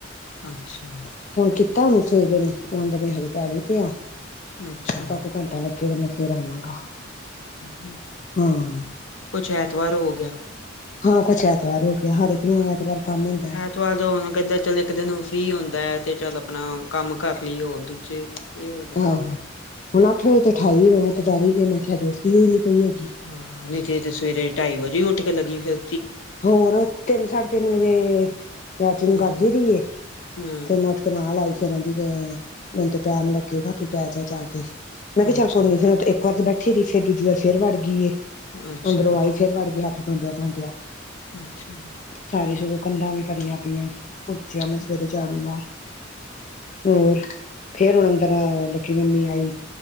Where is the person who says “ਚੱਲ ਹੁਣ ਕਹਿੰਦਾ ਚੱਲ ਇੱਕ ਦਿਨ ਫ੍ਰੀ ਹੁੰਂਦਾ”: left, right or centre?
Left